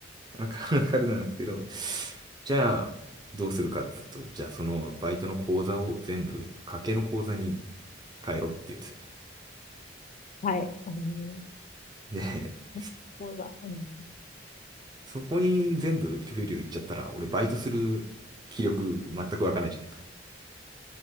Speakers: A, on the right (about 20°); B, on the left (about 40°).
A: わかるわかるなんですけど、じゃあ、どうするかっつうと、じゃあそのバイトの口座を全部、家計の口座に変えろっていうんですよね。
B: はい。うん。
A: ねえ、
B: 結構だ。うん。
A: <laughs> そこに全部給料いっちゃったら、俺バイトする気力全く湧かないじゃないですか。